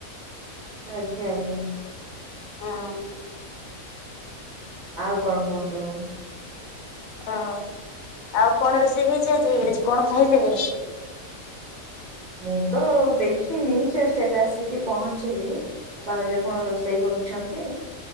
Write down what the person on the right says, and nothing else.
ଆଜ୍ଞା ଆଜ୍ଞା।
ଆଉ କଣ କୁହନ୍ତୁ।
ମୁଁ ତ ଦେଖିନି ଜଷ୍ଟ ଏବେ ଆସିକି ପହଞ୍ଚିଲି। ଭାଉଜ କଣ ରୋଷେଇ କରୁଛନ୍ତି?